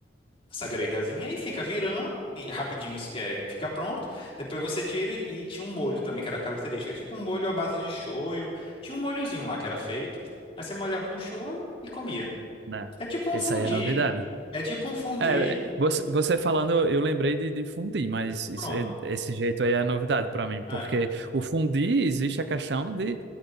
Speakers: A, on the left; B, on the right.
A: essa grelhazinha e fica virando e rapidinho isso, é, fica pronto. Depois você tira e tinha um molho também que era característico. É tipo um molho à base de shoyu. Tinha um molhozinho lá que era feito. Aí você molhava no shoyu e comia.
B: Né?
A: É tipo um
B: Essa
A: fundi.
B: aí é novidade.
A: É tipo um fundi.
B: É, é, você, você falando, eu eu lembrei de, de fundi, mas isso
A: Pronto.
B: é- esse jeito aí é novidade para mim, porque
A: É.
B: o fundi existe a questão de